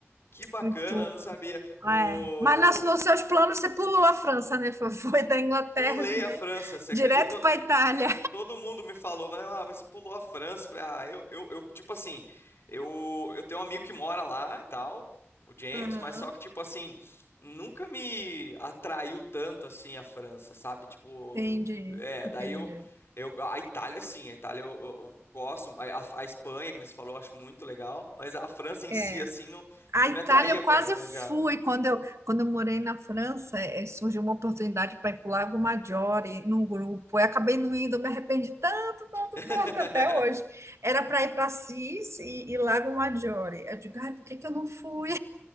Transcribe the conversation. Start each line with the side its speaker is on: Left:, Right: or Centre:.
Left: Que bacana,
Right: fui tudo.
Left: eu não sabia. O...
Right: É. Mas nas, nos seus planos você pulou a França, né? Foi foi da Inglaterra,
Left: Pulei a
Right: né?
Left: França, você
Right: Direto
Left: acredita?
Right: para Itália.
Left: Todo mundo me falou, mas, ah, mas você pulou a França. Falei, ah, eu, eu, eu, tipo assim, eu, eu tenho um amigo que mora lá e tal, o James,
Right: Aham,
Left: mas só que, tipo assim, nunca me atraiu tanto assim a França, sabe? Tipo,
Right: Entendi,
Left: é,
Right: entendi.
Left: daí eu, eu, a Itália, sim, a Itália eu, eu- eu gosto, a, a- a Espanha, que nem você falou, eu acho muito legal, mas a França em
Right: É.
Left: si, assim, não,
Right: A
Left: não
Right: Itália
Left: me atraía
Right: eu
Left: pra,
Right: quase
Left: é, já.
Right: fui quando eu, quando eu morei na França, eh, surgiu uma oportunidade para ir para o Lago Maggiore num grupo. Eu acabei não indo, eu me arrependi tanto, tanto,
Left: <laughs>
Right: tanto até hoje. Era para ir para Assis e, e Lago Maggiore. Eu digo, ai, por que que eu não fui?